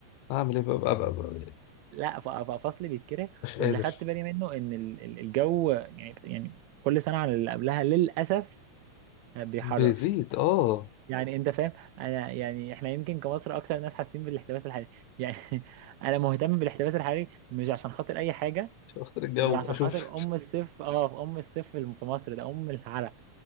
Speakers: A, on the left; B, on the right.
A: هعمل ايه بقى, بقى, بقى, بقى
B: لا ف- ففصل بيتكره
A: مش قادر
B: واللي خدت بالي منه ان ال- ال- الجو يعني يعني كل سنه عن اللي قبلها للاسف بيحرر
A: بيزيد اه
B: يعني انت فاهم انا يعني احنا يمكن كمصر اكتر ناس حاسين بالاحتباس الحراري يعني <laughs> انا مهتم بالاحتباس الحراري مش عشان خاطر اي حاجه
A: شفت الجو
B: غير عشان
A: اشوف
B: خاطر ام الصيف اه ام الصيف الم- في مصر ده ام العرق